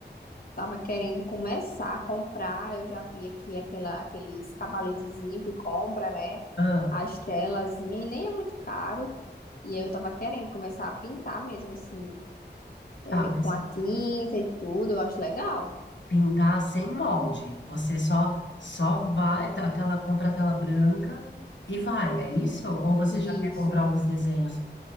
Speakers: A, on the left; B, on the left.
A: Tava querendo começar a comprar. Eu já vi aqui aquela, aqueles cavaletezinhos que compra, né?
B: ah,
A: As telazinhas, e nem é muito caro. E aí eu tava querendo começar a pintar mesmo, assim, é,
B: tá, mas
A: com a tinta e tudo. Eu acho legal.
B: pintar sem molde. Você só só vai, tá, a tela, compra a tela branca e vai, é isso? Ou você
A: Isso.
B: já quer comprar uns desenhos?